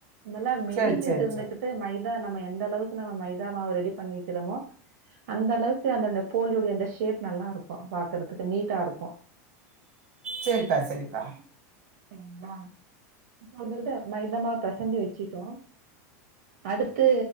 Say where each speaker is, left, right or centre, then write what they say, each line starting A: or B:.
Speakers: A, on the right; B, on the right.
A: அனாலா மெயின்
B: சரி, சரி,
A: இது இருந்துகிட்டு
B: சரி.
A: மை தா நம்ம எந்த அளவுக்கு நம்ம மைதா மாவு ரெடி பண்ணிக்கிறோமோ அந்த அளவு கு அந்தட போலியோடைய அந்த ஷேப் நல்லா இருக்கு பாக்குறதுக்கு நீட்டா இருக்கு
B: சரித்தா சரித்தா
A: சரிங்க்ளா இப்ப வந்துகிட்டு மைதமாவ் பிசஞ்சி வச்சிட்டோ அடுத்து